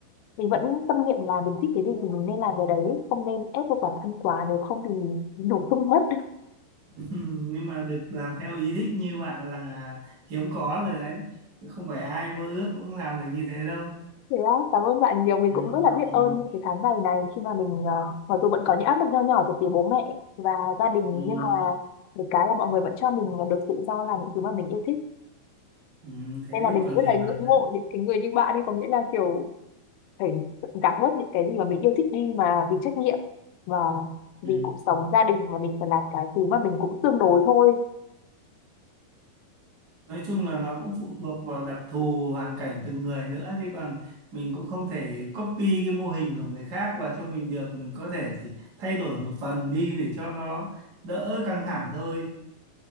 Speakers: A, on the left; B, on the right.
A: mình vẫn tâm niệm là mình thích cái gì thì mình nên làm cái đấy không nên ép buộc bản thân quá nếu không thì nổ tung mất
B: Ừ, nhưng mà được làm theo ý thích như bạn là hiếm có rồi đấy không phải ai mơ ước cũng làm được như thế đâu
A: Thế á, cảm ơn bạn nhiều. Mình
B: ừ,
A: cũng rất là biết
B: ừ,
A: ơn những cái tháng ngày này khi mà mình ờ, mặc dù vẫn có những áp lực nho nhỏ từ phía bố mẹ và gia đình
B: ừ,
A: nhưng mà được cái là mọi người vẫn cho mình được tự do làm những thứ mà mình yêu thích.
B: ừ, thế
A: Nên là
B: thì
A: mình
B: còn
A: rất
B: gì
A: là
B: bằng
A: ngưỡng
B: nữa
A: mộ những cái người như bạn ấy có nghĩa là kiểu phải gạt bớt những cái gì mà mình yêu thích đi mà vì trách nhiệm và vì
B: ừ.
A: cuộc sống gia đình mà mình phải làm cái thứ mà mình cũng tương đối thôi.
B: nói chung là nó cũng phụ thuộc vào đặc thù hoàn cảnh từng người nữa chứ còn mình cũng không thể copy cái mô hình của người khác và cho mình được mình có thể chỉ thay đổi một phần đi để cho nó đỡ căng thẳng thôi